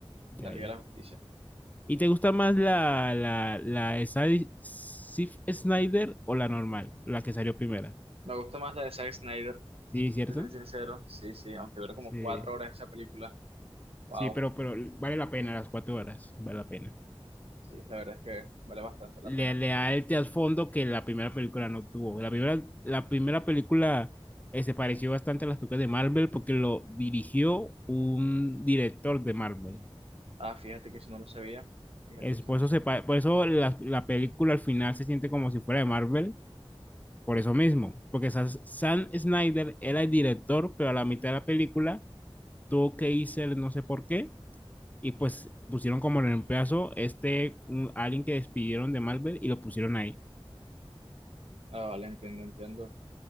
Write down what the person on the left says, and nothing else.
ya,
ya.
¿Y te gusta más la, la, la de Zack Sif- Snyder o la normal, la que salió primera?
Sí, ¿cierto?
Sí,
sí, pero, pero vale la pena las cuatro horas, vale la pena.
le,
le da el trasfondo que la primera película no tuvo. La primera, la primera película eh, se pareció bastante a las películas de Marvel porque lo dirigió un director de Marvel.
Es,
por
eso,
se, pa- por eso la, la película al final se siente como si fuera de Marvel, por eso mismo, porque Sa- Sam Snyder era el director, pero a la mitad de la película tuvo que irse, el no sé por qué, y pues pusieron como reemplazo este, un- alguien que despidieron de Marvel y lo pusieron ahí,